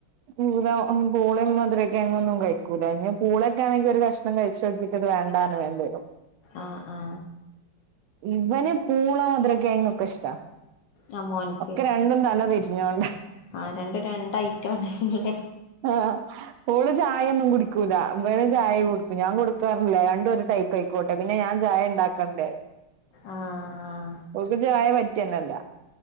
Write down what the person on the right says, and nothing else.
പൂത പുളേം മധുരകിഴങ്ങൊന്നും കഴിക്കൂല. <unintelligible> പൂളൊക്കെ ആണെങ്കിൽ ഒരു കഷ്ണം കഴിച്ചോക്കീട്ട് വേണ്ട <unintelligible>
ഇവന് പൂള മധുരക്കിഴങ്ങൊക്കെഷ്ടാ
ഒക്കെ രണ്ടും തല തിരിഞ്ഞോണ്ട.
ആ ഓള് ചായൊന്നും കുടിക്കൂല. ഇവന് ചായ കുടിക്കും. ഞാൻ കൊടുക്കാറില്ല. രണ്ടും ഒരു ടൈപ്പ് ആയിക്കോട്ടെ. പിന്നെ ഞാൻ ചായണ്ടാക്കണ്ടേ.
ഓക്ക് ചായ പറ്റെന്നല്ല.